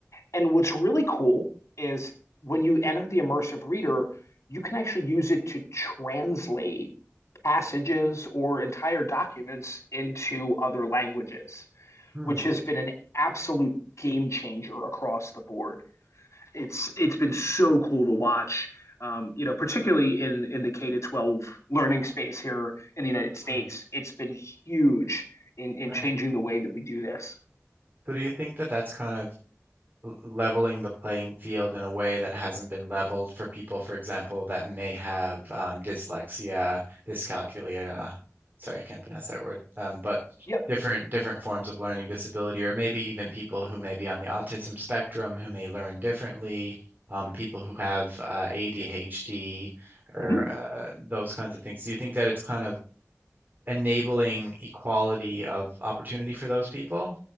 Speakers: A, on the left (about 70°); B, on the right (about 40°).
A: And what's really cool is when you enter the immersive reader, you can actually use it to translate passages or entire documents into other languages,
B: mm,
A: which has been an absolute game changer across the board. It's it's been so cool to watch, um, you know, particularly in in the K to 12 learning space here in the United States.
B: mm,
A: It's been huge in in
B: Right.
A: changing the way that we do this.
B: So do you think that that's kind of l- leveling the playing field in a way that hasn't been leveled for people, for example, that may have um, dyslexia, dyscalculia. Sorry, I can't pronounce that word. Um, but
A: Yep.
B: different different forms of learning disability, or maybe even people who may be on the autism spectrum who may learn differently. Um, people who have uh, ADHD or
A: <laughs>
B: uh, those kinds of things. Do you think that it's kind of enabling equality of opportunity for those people?